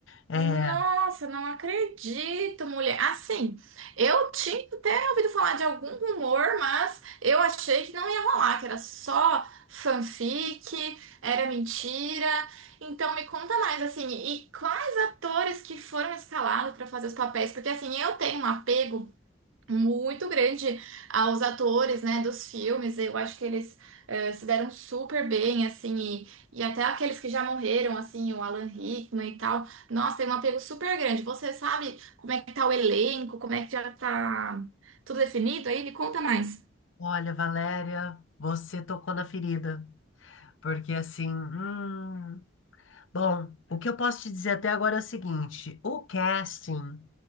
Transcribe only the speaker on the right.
Nossa, não acredito, mulher. Assim, eu tinha até ouvido falar de algum rumor, mas eu achei que não ia rolar, que era só fanfic, era mentira. Então me conta mais, assim, e quais atores que foram escalados para fazer os papéis? Porque assim, eu tenho um apego muito grande aos atores, né, dos filmes. Eu acho que eles eh, se deram super bem, assim, e, e até aqueles que já morreram, assim, o Alan Rickman e tal. Nossa, tem um apego super grande. Você sabe como é que tá o elenco, como é que já tá tudo definido aí? Me conta mais.